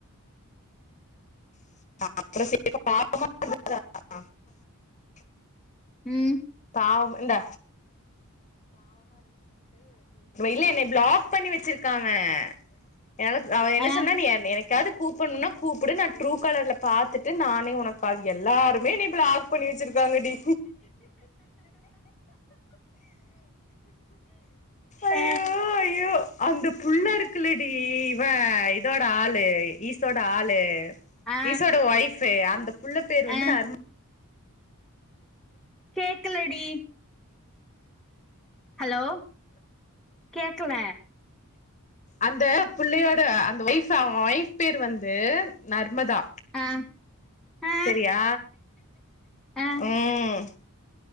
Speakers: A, on the left (about 35°); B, in the centre.
A: <inaudible>
B: ம்
A: ஆவ் இந்தா இல்ல என்னய பிளாக் பண்ணி வச்சிருக்கா அவே வே என்னக் அவே என்ன
B: ஆ
A: சொன்னா நீ என எனக் என்னைக்காவது கூப்புட்னோம்னா கூப்புடு நா ட்ரூ கலர்ல பாத்துட்டு நானே உனக் கால் எல்லாருமே நீ பிளாக் பண்ணி வச்சிருக்காங்க டி
B: அ
A: ஐயோ ஐயோ அந்த புள்ள இருக்குலடி இவே இதோட ஆளு ஈசோட ஆளு
B: ஆ
A: ஈசோட வைஃப் அந்த புள்ள பேர் வந்து
B: ஆ
A: நர்ம
B: கேக்கலடி ஹலோ கேக்கல
A: அந்த பிள்ளையோட அந்த வைஃப் அவே வைஃப் பேர் வந்து நர்மதா
B: ஆ ஆ
A: செரியா
B: ஆ
A: ம்